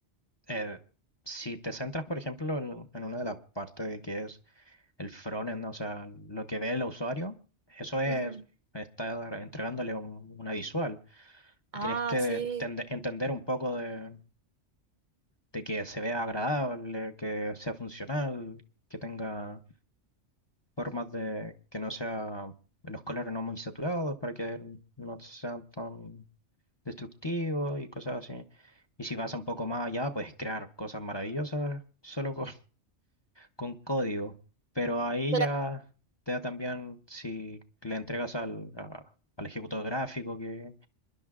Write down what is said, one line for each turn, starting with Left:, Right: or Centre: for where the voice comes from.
Left: eh, si te centras, por ejemplo, en, en una de las partes de que es el frontend, ¿no? o sea, lo que ve el usuario, eso es
Right: Ujú.
Left: estar entregándole un- una visual.
Right: Ah,
Left: Tienes que
Right: sí,
Left: tende- entender un poco de, de que se vea agradable, que sea funcional, que tenga formas de que no sea los colores no muy saturados para que no sean tan destructivos y cosas así. Y si vas un poco más allá, puedes crear cosas maravillosas solo con con código, pero ahí
Right: cla-
Left: ya te da también si le entregas al, a- al ejecutor gráfico que,